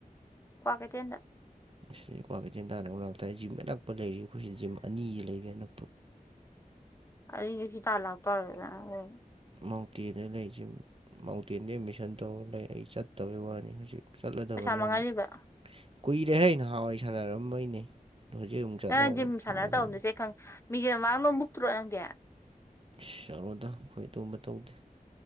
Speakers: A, on the left; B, on the right.
A: ꯀ꯭ꯋꯥꯛ ꯀꯩꯊꯦꯟꯗ
B: ꯑꯁꯤ ꯀ꯭ꯋꯥꯀꯩꯇꯦꯟ ꯇꯥꯟ ꯑꯃ ꯂꯥꯛꯇꯥꯔꯦ ꯖꯤꯝ ꯑꯅꯛꯄ ꯂꯩꯔꯤ ꯑꯩꯈꯣꯏꯁꯤ ꯖꯤꯝ ꯑꯅꯤꯒꯤ ꯂꯩꯔꯦ ꯑꯅꯛꯄ
A: ꯑꯩ ꯉꯁꯤ ꯇꯥꯟ ꯂꯥꯛꯇꯧꯔꯦꯗꯅ ꯍ
B: ꯃꯥꯎꯟꯇꯦꯟꯗ ꯂꯩꯁꯦ ꯃꯥꯎꯟꯇꯦꯟꯗ ꯑꯦꯠꯃꯤꯁꯟ ꯇꯧꯔ ꯂꯩ ꯑꯩ ꯆꯠꯇꯕꯩ ꯋꯥꯅꯤ ꯍꯧꯖꯤꯛ ꯆꯠꯂꯗꯕꯅꯦ
A: ꯄꯩꯁꯥ ꯃꯥꯡꯍꯜꯂꯤꯕ
B: ꯑꯃꯨꯛ ꯀꯨꯏꯔꯦ ꯍ ꯅꯍꯥꯟꯋꯥꯏ ꯁꯥꯟꯅꯔꯝꯕꯩꯅꯦ ꯑꯗꯣ ꯍꯧꯖꯤꯛ ꯑꯃꯨꯛ ꯆꯠꯂ
A: ꯅꯪ
B: ꯑꯃꯨꯛ
A: ꯖꯤꯝ ꯁꯥꯟꯅꯅ
B: ꯁꯥꯟꯅꯕ
A: ꯇꯧꯔꯝꯃꯤꯁꯦ
B: ꯌꯥꯅꯤ
A: ꯈꯪ ꯃꯤꯁꯦꯡ ꯃꯃꯥꯡꯗꯣ ꯃꯨꯛꯇ꯭ꯔꯣ ꯅꯪꯗꯦ
B: ꯁꯔꯣꯗ ꯑꯩꯈꯣꯏ ꯑꯗꯨꯝꯕ ꯇꯧꯗꯦ